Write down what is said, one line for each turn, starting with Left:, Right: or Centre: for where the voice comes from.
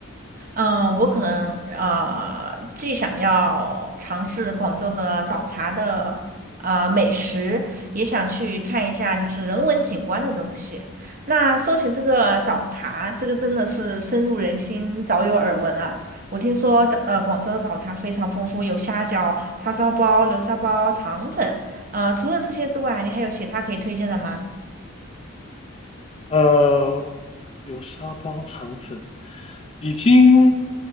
Right: 嗯，我可能呃，既想要尝试广州的早茶的呃美食，也想去看一下就是人文景观的东西。那说起这个早茶，这个真的是深入人心，早有耳闻啊。我听说早呃广州的早茶非常丰富，有虾饺、叉烧包、流沙包、肠粉。呃，除了这些之外，你还有其他可以推荐的吗？
Left: 呃，有沙包肠粉已经，